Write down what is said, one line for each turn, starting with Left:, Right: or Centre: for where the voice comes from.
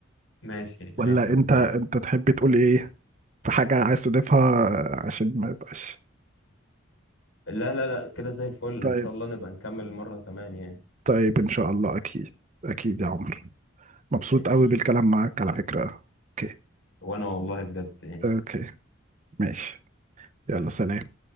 Left: ماشي ماشي
Right: ولا
Left: يا
Right: انت
Left: ابو حميد
Right: انت تحب تقول ايه في حاجة عايز تضيفها عشان ما يبقاش
Left: لا لا لا كده زي الفل
Right: طيب
Left: ان شاء الله نبقى نكمل مرة كمان يعني
Right: طيب ان شاء الله اكيد اكيد يا عمر مبسوط
Left: ماشي
Right: قوي بالكلام معاك على فكرة اوكي
Left: وانا والله بجد يعني
Right: اوكي ماشي يلا سلام